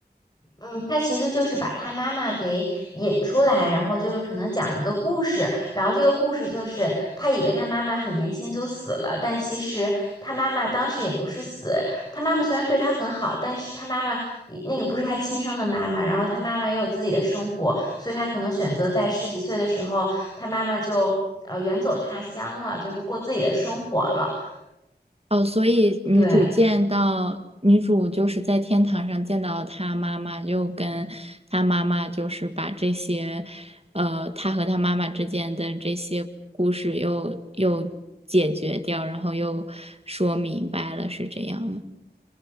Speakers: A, on the left; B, on the right.
A: 嗯，他其实就是把他妈妈给引出来，然后就是可能讲一个故事，然后这个故事就是他以为他妈妈很年轻就死了，但其实他妈妈当时也不是死，他妈妈虽然对他很好，但是他妈妈也那个不是他亲生的妈妈，然后他妈妈也有自己的生活，所以他可能选择在十几岁的时候，他妈妈就呃远走他乡了，就是过自己的生活了，
B: 哦，所以女主见到女主就是在天堂上见到她妈妈，
A: 对。
B: 又跟她妈妈就是把这些，呃，她和她妈妈之间的这些故事又又解决掉，然后又说明白了，是这样吗？